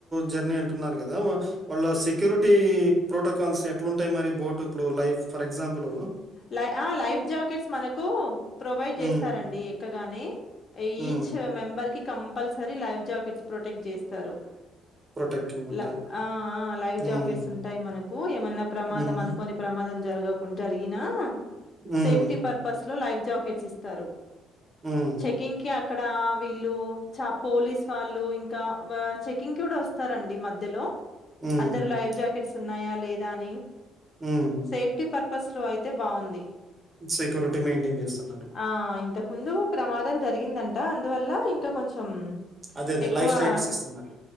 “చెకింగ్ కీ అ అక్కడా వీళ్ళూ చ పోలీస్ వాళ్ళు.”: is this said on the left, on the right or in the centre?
Left